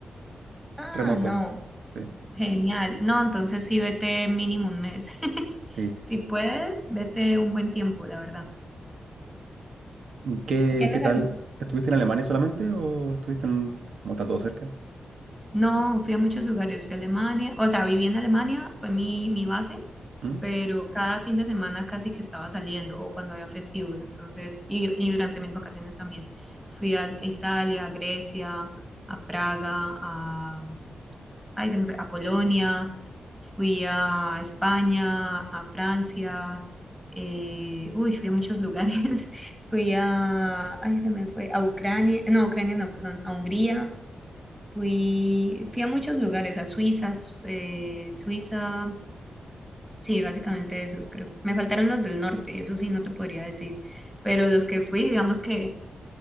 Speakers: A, in the centre; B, on the right.
A: Ah,
B: Remoto,
A: no.
B: sí.
A: Genial. No, entonces sí vete mínimo un mes. <laughs>
B: sí.
A: Si puedes, vete un buen tiempo, la verdad.
B: ¿Qué,
A: ¿Tienes
B: qué tal?
A: algún-
B: ¿Estuviste en Alemania solamente o estuviste en... como está todo cerca?
A: No, fui a muchos lugares, fui a Alemania, o sea, viví en Alemania, fue mi, mi base,
B: ¿Mm?
A: pero cada fin de semana casi que estaba saliendo, o cuando había festivos, entonces, y, y durante mis vacaciones también. Fui a Italia, a Grecia, a Praga, a ahí se me fue, a Polonia, fui a España, a Francia, eh, uy, fui a muchos lugares, <laughs> fui a, ay, se me fue, a Ucrania, no, Ucrania no, perdón, a Hungría, fui, fui a muchos lugares, a Suiza, Su- eh, Suiza, sí, básicamente esos, creo. Me faltaron los del norte, eso sí, no te podría decir, pero los que fui, digamos que